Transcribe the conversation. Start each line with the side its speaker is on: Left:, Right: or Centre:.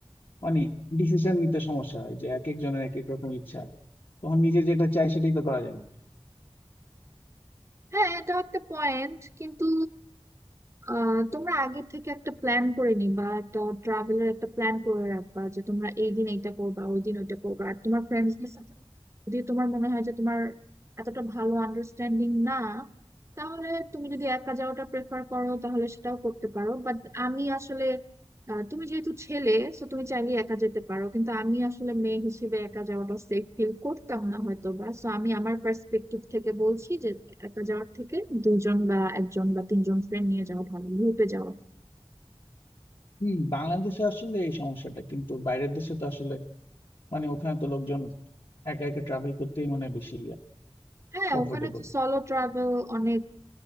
Left: মানে ডিসিশন নিতে সমস্যা হয় যে এক একজনের এক এক রকম ইচ্ছা তখন নিজে যেটা চাই সেটাই তো করা যায় না
Right: হ্যাঁ এটা একটা পয়েন্ট কিন্তু আহ তোমরা আগে থেকে একটা প্ল্যান করে নিবা একটা ট্রাভেলের একটা প্ল্যান করে রাখবা যে তোমরা এই দিন এইটা করবা ওই দিন ওইটা করবা আর তোমার ফ্রেন্ডসদের সাথে যদি তোমার মনে হয় যে তোমার এতটা ভালো আন্ডারস্ট্যান্ডিং না তাহলে তুমি যদি একা যাওয়াটা প্রেফার করো তাহলে সেটাও করতে পারো বাট আমি আসলে আহ, তুমি যেহেতু ছেলে তো তুমি চাইলে একা যেতে পারো কিন্তু আমি আসলে মেয়ে হিসেবে একা যাওয়াটা সেফ ফিল করতাম না হয়তো বা সো আমি আমার পার্সপেক্টিভ থেকে বলছি যে একা যাওয়ার থেকে দুইজন বা একজন বা তিনজন ফ্রেন্ড নিয়ে যাওয়া ভালো গ্রুপে যাওয়া
Left: হম বাংলাদেশে আসলে এই সমস্যাটা কিন্তু বাইরের দেশে তো আসলে মানে ওখানে তো লোকজন একা একা ট্রাভেল করতেই মানে বেশি
Right: হ্যাঁ
Left: কমফোর্টেবল
Right: ওখানে তো সলো ট্রাভেল অনেক